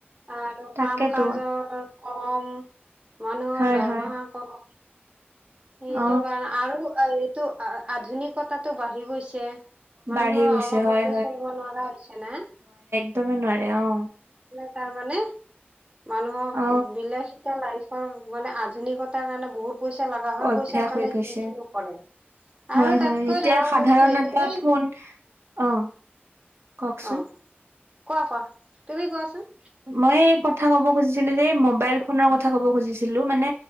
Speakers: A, on the right; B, on the right.
A: আৰু
B: তাকেতো
A: কাম কাজৰ কম মানুহৰ
B: হয়
A: দৰমহা
B: হয়
A: কৰ সেইটো
B: অ
A: কাৰণে আৰু এইটো আধুনিকতাটো বাঢ়ি গৈছে
B: বাঢ়ি
A: মানুহৰ
B: গৈছে
A: অলপতে
B: হয়
A: চলিব নোৱাৰা হৈছে না
B: একদমে নোৱাৰে অ
A: তাৰ মানে মানুহক
B: অ
A: বিলাহীটা লাই মানে আধুনিকতাৰ কাৰণে বহুত পইচা লগা হয়
B: অভ্যাস
A: পইচাৰ কাৰণে
B: হৈ গৈছে
A: যি কিনো কৰে। আৰু
B: হয়
A: তাতকৈ
B: হয় এতিয়া
A: ডাঙৰ
B: সাধাৰণ
A: বস্তু হৈছে
B: এটা
A: এই
B: ফোন অ কওকচোন।
A: অ কোৱা কোৱা তুমি কোৱাচোন
B: মই কথা ক'ব খুজিছিলো যে মোবাইল ফোনৰ কথা ক'ব খুজিছিলো মানে